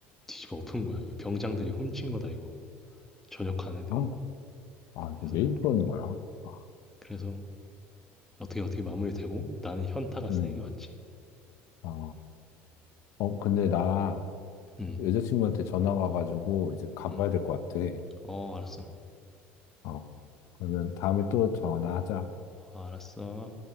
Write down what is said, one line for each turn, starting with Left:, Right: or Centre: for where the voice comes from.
Centre: 뒤집어 엎은 거야. 이거 병장들이 훔친 거다 이거. 전역한 애들이.
Left: 어. 아,
Centre: 그래서
Left: 왜 그러는 거야? 아.
Centre: 그래서 어떻게 어떻게 마무리되고 나는 현타가
Left: 음.
Centre: 세게 왔지.
Left: 아, 어, 근데 나
Centre: 음.
Left: 여자친구한테 전화 와가지고 이제 가봐야
Centre: 음.
Left: 될 것 같아.
Centre: 어, 알았어.
Left: 어, 그러면 다음에 또 전화하자.
Centre: 어, 알았어.